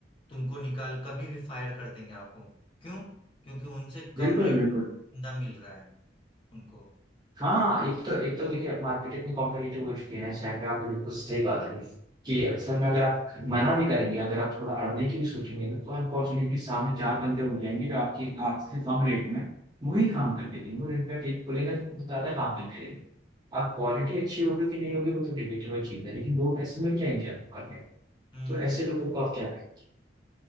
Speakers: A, on the left (about 30°); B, on the right (about 25°).
A: तुमको निकाल कभी भी फायर कर देंगे आपको क्यों क्योंकि उनसे कम
B: बिल्कुल
A: रेट
B: बिल्कुल
A: में बंदा मिल रहा है उनको
B: हाँ
A: तो
B: एक तो एक तो देखिए मार्केट इतनी कॉम्पिटेटिव हो चुकी है इस टाइम पे आपने बिल्कुल सही बात है कि असल में अगर आप मना भी करेंगे अगर आप थोड़ा अड़ने की भी सोचेंगे ना, तो अनफॉर्चुनेटली सामने चार बंदे हो जाएंगे जो आपकी आपसे कम रेट में वही काम करके देंगे और इनका टेक खुलेगा ज्यादा काम करके देंगे आप क्वालिटी अच्छी होगी कि नहीं होगी वो तो डिबेटेबल चीज है लेकिन वो पैसे मिल जाएंगे आपको करने को।
A: हम्म
B: तो ऐसे
A: हम्म
B: लोगों को आप क्या कहेंगे